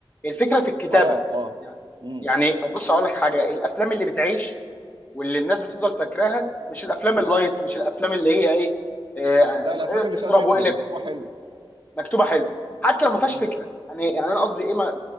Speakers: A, on the left (about 15°); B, on the right (about 55°).
A: الفكره في الكتابه
B: اه اه
A: يعني
B: مم.
A: يعني بص اقول لك حاجه الافلام اللي بتعيش واللي الناس بتفضل فاكراها مش الافلام اللايت مش الافلام اللي هي ايه آه،
B: لا الافلام اللي فيها
A: اضرب
B: فكره
A: واقلب
B: المكتوبه حلو
A: مكتوبه حلو حتى لو ما فيهاش
B: مم.
A: فكره يعني يعني انا قصدي ايه ما